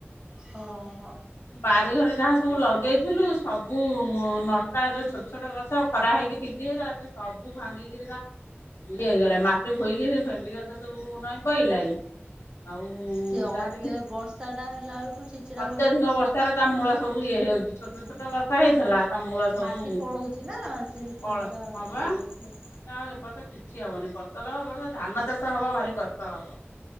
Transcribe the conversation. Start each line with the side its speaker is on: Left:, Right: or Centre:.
Right: ହଁ।
Left: ବାରି ଘରେ ଯାହା ସବୁ ଲଗେଇଥିଲୁ ସବୁ ନଷ୍ଟ ଆ ଯୋଉ ଛୋଟ ଛୋଟ ଗଛ ଖରା ହେଇକି ଟିକ ଟିକି ଗଜା ସେ ସବୁ ବୁ ଭାଙ୍ଗି କିିରି ତା ଇଏ ହେଇଗଲାଇ ମାଟି ଭୋଇକି, ସେ ଭେଣ୍ଡି କଛ ସବୁ ନଇଁ ପଇଲାଇ। ଆଉ
Right: ସେ ଅତ୍ୟ
Left: ଯାହା ଟିକେ
Right: ବର୍ଷାଟା ହେଲା ବେଳକୁ ଛିଚିଡା
Left: ଅତ୍ୟଧିକ ବର୍ଷାରେ ତା ମୂଳ ସବୁ ଇଏ ହେ ଛୋଟ
Right: ହୁଁ
Left: ଛୋଟ ଗଛ ହେଇଥିଲା, ତା ମୂଳ ସବୁ
Right: ମାଟି ପଳଉଛି ନା ସେ ସେଥିପାଇଁକା
Left: କ ହଁ
Right: ଇଏ
Left: ବା।
Right: ହେଇଯାଉଛି ଆଉ।
Left: ଆଉ ଏ ବର୍ଷ କିଛି ହବନି, ଫସଲ ହବ ଏବର୍ଷ ଧାନ ଚାଷ ହବା ଭାରି କଷ୍ଟ ହବ।